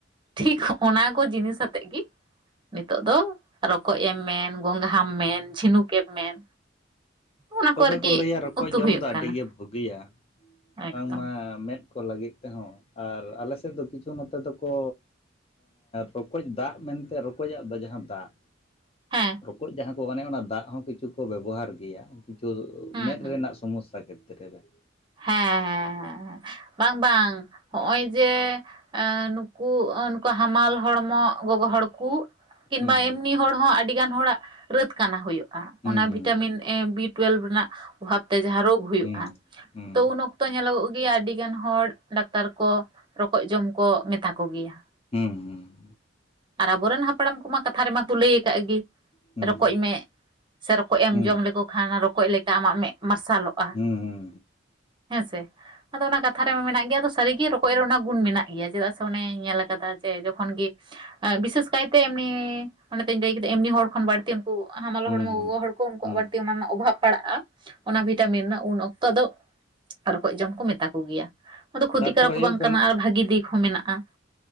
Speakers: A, on the right; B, on the left.
A: ᱴᱷᱤᱠ ᱚᱱᱟᱠᱚ ᱡᱤᱱᱤᱥ ᱟᱛᱮᱜ ᱜᱮ ᱱᱤᱛᱳᱜ ᱫᱚ ᱨᱚᱠᱚᱡ ᱮᱢ ᱢᱮᱱ ᱜᱚᱝᱜᱷᱟᱢ ᱢᱮᱱ ᱡᱷᱤᱱᱩᱠ ᱠᱮᱢ ᱢᱮᱱ ᱚᱱᱟ
B: ᱛᱚᱵᱮ
A: ᱟᱨᱠᱤ
B: ᱠᱚ ᱞᱟᱹᱭᱟ ᱨᱚᱠᱚᱡ
A: ᱩᱛᱩ
B: ᱡᱚᱢ
A: ᱦᱩᱭᱩᱜ
B: ᱫᱚ ᱟᱹᱰᱤᱜᱮ
A: ᱠᱟᱱᱟ
B: ᱵᱩᱹᱜᱤᱭᱟ
A: ᱮᱠᱫᱚᱢ
B: ᱵᱟᱝᱢᱟ ᱢᱮᱫ ᱠᱚ ᱞᱟᱹᱜᱤᱫ ᱛᱮᱦᱚᱸ ᱟᱨ ᱟᱞᱮ ᱥᱮᱫ ᱫᱚ ᱠᱤᱪᱷᱩ ᱱᱚᱛᱮ ᱫᱚᱠᱚ ᱨᱚᱠᱚᱡ ᱫᱟᱜ ᱢᱮᱱᱛᱮ ᱨᱚᱠᱚᱡᱟᱜ ᱫᱚ ᱡᱟᱦᱟᱸ ᱫᱟᱜ,
A: ᱦᱮᱸ
B: ᱨᱚᱠᱚᱡ ᱡᱟᱦᱟᱸ ᱠᱚ ᱢᱟᱱᱮ ᱚᱱᱟ ᱫᱟᱜ ᱦᱚᱸ ᱠᱤᱪᱷᱩ ᱠᱚ ᱵᱮᱵᱚᱦᱟᱨ ᱜᱮᱭᱟ ᱾
A: ᱦᱩᱸ
B: ᱢᱮᱫ
A: ᱦᱩᱸ
B: ᱨᱮᱱᱟᱜ ᱥᱚᱢᱚᱥᱥᱟ ᱠᱷᱮᱛᱨᱮ ᱨᱮ ᱾
A: ᱦᱮᱸ- ᱦᱮᱸ -ᱦᱮᱸ- ᱦᱮᱸ, ᱵᱟᱝ -ᱵᱟᱝ ᱾ ᱦᱚᱜᱼᱚᱭ ᱡᱮ ᱱᱩᱠᱩ, ᱱᱩᱠᱩ ᱦᱟᱢᱟᱞ ᱦᱚᱲᱢᱚ ᱜᱚᱜᱚ ᱦᱚᱲ ᱠᱩ, ᱠᱤᱱᱵᱟ
B: ᱦᱩᱸ
A: ᱮᱢᱱᱤ ᱦᱚᱲ ᱦᱚᱸ ᱟᱹᱰᱤ ᱜᱟᱱ ᱦᱚᱲᱟᱜ ᱨᱟᱹᱛ ᱠᱟᱱᱟ ᱦᱳᱭᱳᱜᱼ
B: ᱦᱩᱸ
A: ᱚᱱᱟ
B: ᱦᱩᱸ
A: ᱵᱷᱤᱴᱟᱢᱤᱱ ᱮ ᱵᱤ ᱴᱩᱭᱮᱞᱵᱷ ᱨᱮᱱᱟᱜ ᱚᱵᱷᱟᱵᱽ ᱛᱮ ᱡᱟᱦᱟᱸ ᱨᱳᱜᱽ ᱦᱳᱭᱳᱜᱼᱟ
B: ᱦᱩᱸ
A: ᱾
B: ᱦᱩᱸ
A: ᱛᱚ ᱩᱱ ᱚᱠᱛᱚ ᱧᱮᱞᱚᱜᱚᱜ ᱜᱮᱭᱟ ᱟᱹᱰᱤ ᱜᱟᱱ ᱦᱚᱲ ᱰᱟᱠᱛᱟᱨ ᱠᱚ -ᱼ ᱨᱚᱠᱚᱡ ᱡᱚᱢ ᱠᱚ ᱢᱮᱛᱟ ᱠᱚᱜᱮᱭᱟ ᱾
B: ᱦᱩᱸ ᱦᱩᱸ ᱾
A: ᱟᱨ ᱟᱵᱚᱨᱮᱱ ᱦᱟᱯᱲᱟᱢ ᱠᱚᱢᱟ ᱠᱟᱛᱷᱟ ᱨᱮᱢᱟ ᱠᱚ ᱞᱟᱹᱭ ᱟᱠᱟᱜ ᱜᱮ
B: ᱦᱩᱸ
A: ᱨᱚᱠᱚᱡ ᱢᱮᱜ ᱾ ᱥᱮ ᱨᱚᱠᱚᱡ ᱮᱢ
B: ᱦᱩᱸ ᱦᱩᱸ
A: ᱡᱚᱢ ᱞᱮᱠᱚ ᱠᱷᱟᱱ ᱨᱚᱠᱚᱡ ᱞᱮᱠᱟ ᱟᱢᱟᱜ ᱢᱮᱫ ᱢᱟᱨᱥᱟᱞᱚᱜᱼᱟ
B: ᱦᱩᱸ ᱦᱩᱸ ᱦᱩᱸ
A: ᱾ ᱦᱮᱸ ᱥᱮ? ᱟᱫᱚ ᱚᱱᱟ ᱠᱟᱛᱷᱟ ᱨᱮᱢᱟ ᱢᱮᱱᱟᱜ ᱜᱮᱭᱟ ᱟᱫᱚ ᱥᱟᱹᱨᱤᱜᱮ ᱨᱚᱠᱚᱡ ᱨᱮ ᱚᱱᱟ ᱜᱩᱱ ᱢᱮᱱᱟᱜ ᱜᱮᱭᱟ ᱪᱮᱫᱟᱜ ᱥᱮ ᱚᱱᱮᱧ ᱧᱮᱞ ᱟᱠᱟᱫᱟ ᱡᱮ ᱡᱚᱠᱷᱚᱱ ᱜᱮ ᱵᱤᱥᱮᱹᱥ ᱠᱟᱭᱛᱮ ᱮᱢᱱᱤ ᱚᱱᱟᱛᱮᱧ ᱞᱟᱹᱭ ᱠᱮᱫᱟ ᱮᱢᱱᱤ ᱦᱚᱲ ᱠᱷᱚᱱ ᱵᱟᱹᱲᱛᱤ ᱩᱱᱠᱩ ᱦᱟᱢᱟᱞ
B: ᱦᱩᱸ ᱦᱩᱸ
A: ᱦᱚᱲᱢᱚ ᱜᱚᱜᱚ ᱦᱚᱲ ᱩᱱᱠᱩᱣᱟᱜ
B: ᱦᱩᱸ
A: ᱵᱟᱹᱲᱛᱤ ᱚᱱᱟ ᱨᱮᱱᱟᱜ ᱚᱵᱷᱟᱵᱽ ᱯᱟᱲᱟᱜᱼᱟ ᱚᱱᱟ
B: ᱦᱩᱸ
A: ᱵᱷᱤᱴᱟᱢᱤᱱ ᱨᱮᱱᱟᱜ ᱩᱱ ᱚᱠᱛᱚ ᱟᱫᱚ ᱨᱚᱠᱚᱡ ᱡᱚᱢ ᱠᱚ ᱢᱮᱛᱟ ᱠᱚᱜᱮᱭᱟ ᱟᱫᱚ ᱠᱷᱚᱛᱤᱠᱟᱨᱚᱠ
B: ᱛᱟᱨᱯᱚᱨᱮ
A: ᱠᱚ
B: ᱦᱩᱭᱩᱜ
A: ᱵᱟᱝ ᱠᱟᱱᱟ ᱟᱨ ᱵᱷᱟᱹᱜᱤ ᱫᱤᱠ ᱦᱚᱸ ᱢᱮᱱᱟᱜᱼᱟ ᱾